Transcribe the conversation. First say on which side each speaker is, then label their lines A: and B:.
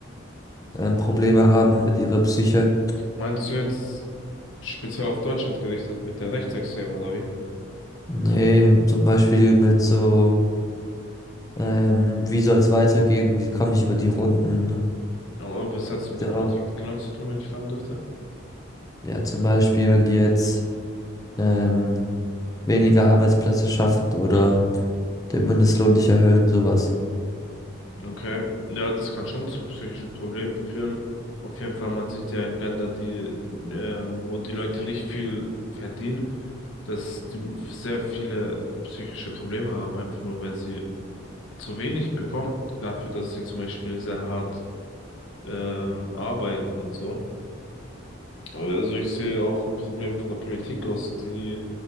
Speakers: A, on the left; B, on the left.
A: ähm, Probleme
B: Mhm.
A: haben mit ihrer Psyche.
B: Meinst du jetzt speziell auf Deutschland gerichtet mit den Rechtsextremen oder wie?
A: Nee, zum Beispiel mit so, ähm, wie soll es weitergehen, wie komme ich über die Runden?
B: Aber was hat es
A: Hat
B: mit der
A: Ja,
B: Politik
A: auch,
B: genau zu tun, wenn ich fragen dürfte?
A: ja, zum Beispiel, wenn die jetzt ähm, weniger Arbeitsplätze schaffen oder
B: Mhm.
A: den Mindestlohn nicht erhöhen, sowas.
B: Okay, ja, das kann schon zu psychischen Problemen führen. Auf jeden Fall, man sieht ja in Länder, die, äh, wo die Leute nicht viel verdienen, dass die sehr viele psychische Probleme haben, einfach nur weil sie zu wenig bekommen, dafür, dass sie zum Beispiel sehr hart, ähm, arbeiten und so. Aber Also ich sehe auch ein Problem von der Politik aus, die